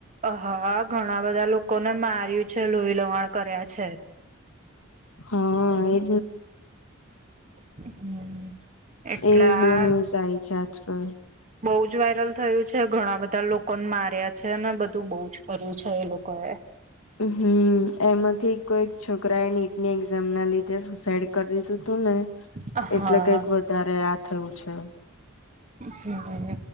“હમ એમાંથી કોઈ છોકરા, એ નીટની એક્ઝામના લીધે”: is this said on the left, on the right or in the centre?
Left